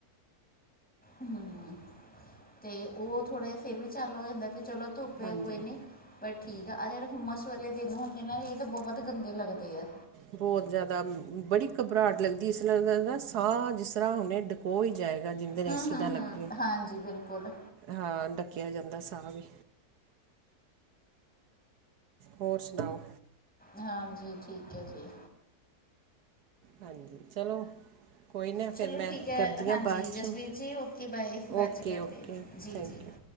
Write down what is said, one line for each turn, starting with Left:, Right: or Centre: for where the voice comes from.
Centre: ਹੂੰ, ਤੇ ਉਹ ਥੋੜ੍ਹਾ ਜਿਹਾ ਫਿਰ ਵੀ ਚੱਲ ਹੋ ਜਾਂਦਾ ਵੀ ਚਲੋ ਧੁੱਪਿਆ
Right: ਹਾਂਜੀ
Centre: ਕੋਈ ਨਹੀਂ ਬਟ ਠੀਕ ਆਹ ਜਿਹੜੇ ਹੁੰਮਸ ਵਾਲੇ ਦਿਨ ਹੁੰਦੇ ਨਾ ਇਹ ਤਾਂ ਬਹੁਤ ਗੰਦੇ ਲੱਗਦੇ ਆ।
Right: ਬਹੁਤ ਜ਼ਿਆਦਾ ਬੜੀ ਘਬਰਾਹਟ ਲੱਗਦੀ ਇਸਰ੍ਹਾਂਦਾ ਸਾਹ ਜਿਸ ਤਰ੍ਹਾ ਕੋ ਹੀ ਜਾਏਗਾ ਜਿੰਦੇ ਨੂੰ
Centre: ਹੂੰ
Right: ਏਸੀ
Centre: ਹੂੰ
Right: ਨਾ ਲੱਗੇ
Centre: ਹੂੰ ਹਾਂਜੀ ਬਿਲਕੁਲ
Right: ਹਾਂ ਡੱਕਿਆ ਜਾਂਦਾ ਸਾਹ ਵੀ ਹੋਰ ਸੁਣਾਓ?
Centre: ਹਾਂਜੀ ਠੀਕ ਹੈ ਜੀ।
Right: ਹਾਂਜੀ ਚਲੋ, ਕੋਈ ਨਾ
Centre: ਚਲੋ
Right: ਫਿਰ ਮੈਂ
Centre: ਠੀਕ ਹੈ
Right: ਕਰਦੀ
Centre: ਹਾਂਜੀ
Right: ਹਾਂ ਬਾਅਦ
Centre: ਜਸਵੀਰ
Right: ਚ
Centre: ਜੀ ਓਕੇ ਬਾਏ ਬਾਅਦ
Right: ਓਕੇ
Centre: ਚ ਕਰਦੇ
Right: ਓਕੇ
Centre: ਹਾਂ। ਜੀ
Right: ਥੈਂਕ
Centre: ਜੀ
Right: ਯੂ